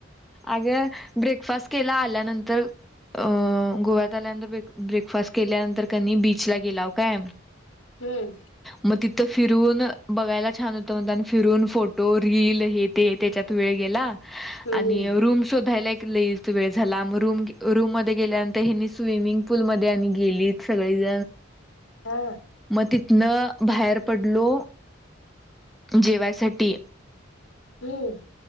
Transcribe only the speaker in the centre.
अग ब्रेकफास्ट केला आल्यानंतर अ गोव्यात आल्यानंतर ब ब्रेकफास्ट केल्यानंतर कनी बीचला गेला ओ काय
मग तिथं फिरून बघायला छान होतं म्हणत आणि फिरून फोटो रील हे ते त्याच्यात वेळ गेला
आणि रूम शोधायला वेळ झाला मग रूम रूम मध्ये गेल्यानंतर हे स्विमिंग पूल मध्ये आणि गेलीत सगळी
म तिथन बाहेर पडलो जेवायसाठी